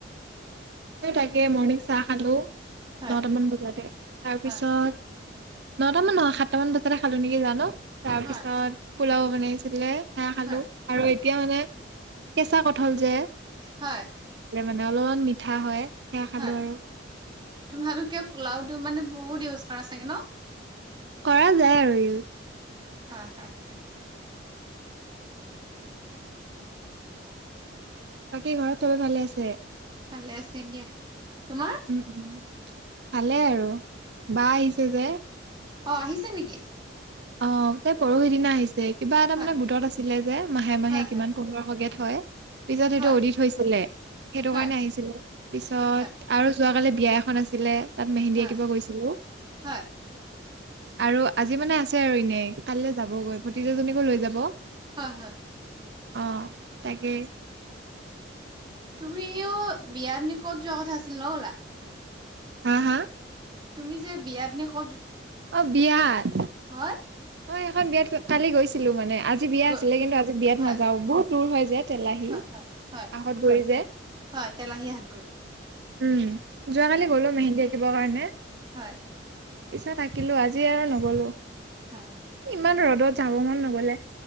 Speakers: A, on the right; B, on the right.
A: তাকে মৰ্ণিং চাহ খালো
B: হয়
A: দটামান বজাতে তাৰপিছত
B: হয়
A: নটামান নহয় সাতটামান বজাতে খালো নেকি জানো তাৰ
B: হয়
A: পিছত পোলাও বনাইছিলে খ খালো
B: হয়
A: আৰু এতিয়া মানে কেঁচা কঠাল যে
B: হয়।
A: মে অলপমান মিঠা হয় সেয়া খালো
B: হয়
A: আৰু
B: তোমালোকে পোলাওটো মানে বহুত ইউজ কৰা চাগে ন।
A: কৰা যায় আৰু ইউজ।
B: হয় হয়।
A: বাকী ঘৰত চবে ভালে আছে।
B: ভালে আছে দিয়া। তোমাৰ
A: উম উ ভালে আৰু বা আহিছে যে।
B: অঁ আহিছে নেকি!
A: অঁ তাই পৰহিদিনা আহিছে। কিবা এটা
B: হয়
A: মানে গোটত আছিলে যে মাহে মাহে
B: হয় হয়
A: কিমান পোন্ধৰ শ কে থয়। পিছত সেইটো
B: হয়
A: অদিত হৈছিলে সেইটো
B: হয়
A: কাৰণে আহিছিলে পিছত
B: হয় হয়
A: আৰু যোৱাকালি বিয়া এখন আছিলে তাত মেহেন্দী
B: হয়
A: আঁকিব গৈছিলো।
B: হয়
A: আৰু আজি মানে আছে আৰু এনেই কাইলৈ যাবগৈ ভতিজা জনীকো লৈ যাব
B: হয় হয়।
A: অঁ তাকে
B: তুমিও বিয়াদিন ক'ত যোৱা কথা আছিল নগলা
A: হাঁ হাঁ
B: তুমি যে বিয়াত নে ক'ত?
A: অঁ বিয়াত।
B: হয়।
A: অঁ এখন বিয়াত কালি গৈছিলো মানে আজি বিয়া
B: গ
A: আছিলে কিন্তু আজি বিয়াত
B: হয়
A: নাযাও বহুত দূৰ হয় যে তেলাহি
B: হয় হয় হয়
A: আহতগুৰি যে।
B: হয় তেলাহী হাতগুৰি
A: উম যোৱাকালি
B: হয়
A: গলো মেহেন্দী আঁকিবৰ কাৰণে।
B: হয়।
A: পিছা থাকিলো আজি আৰু নগলো
B: হয় হয়
A: ইমান ৰ'দত যাব মন নগলে।